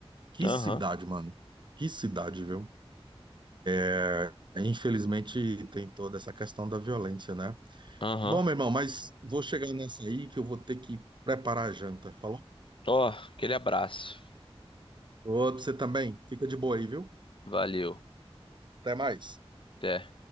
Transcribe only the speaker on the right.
que
cidade, mano. Que cidade, viu? É, Infelizmente tem toda essa questão da violência, né?
Bom, meu irmão, mas vou chegar nessa aí que eu vou ter que preparar a janta, falou?
Outro, você também. Fica de boa aí, viu?
Até mais.